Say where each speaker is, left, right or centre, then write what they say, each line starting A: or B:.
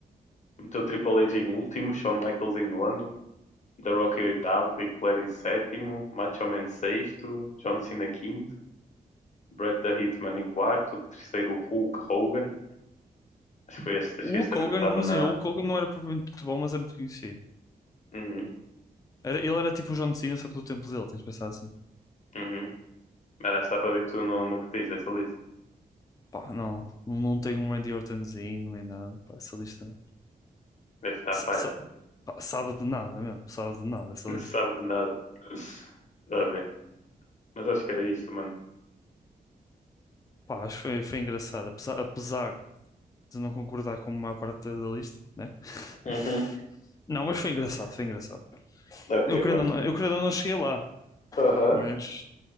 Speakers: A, on the left (about 50°); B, on the left (about 20°).
A: Meteu Triple H em último, Shawn Michaels em nono, The Rock em oitavo, Ric Flair em sétimo, Macho Man sexto, John Cena quinto. Bret the Hitman em quarto, terceiro Hulk Hogan. Acho que, foi este, acho
B: O
A: que
B: Hulk
A: este também
B: Hogan,
A: não estava
B: mas
A: na.
B: o Hulk Hogan não era propriamente muito bom, mas é muito conhecido.
A: Uhum,
B: Era- ele era tipo o John Cena, só que do tempo dele, tens de pensar assim.
A: uhum. Mas acho que dá para ver que tu não, não curtiste essa lista.
B: Pá, não, não não tem um Randy Ortonzinho nem nada, pá, essa lista
A: Deve estar
B: sa-
A: falha.
B: sa-
A: <laughs>
B: pá, sabe de nada mesmo, sabe de nada essa
A: Não
B: lista.
A: sabe de nada. Está bem. Mas acho que era isto, mano.
B: Pá, acho que foi, foi engraçado, apesar, apesar de não concordar com a maior parte da lista, né? <laughs>
A: Uhum.
B: Não, mas foi engraçado, foi engraçado.
A: Ok,
B: Eu querendo
A: mano.
B: ou não, eu querendo ou não cheguei lá,
A: Aham.
B: mas